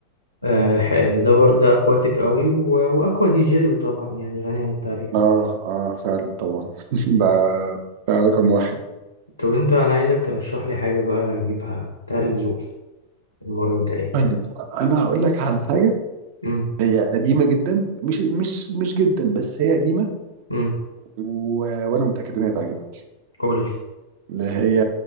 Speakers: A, on the left; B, on the right.
A: آه ح- آه، ده بر- ده اكواتيك قوي و- واكوا دي جي وطبعا يعني غني عن التعريف
B: اه اه فعلا طبعا <laughs> ده ده رقم واحد
A: طب انت انا عايزك ترشح لي حاجه بقى اجيبها تعرف ذوقي المره الجايه
B: طيب انا هقول لك على حاجه
A: امم
B: هي قديمه جدا مش مش مش جدا بس هي قديمه
A: امم
B: و... وانا متاكد ان هي تعجبك
A: قول لي
B: اللي هي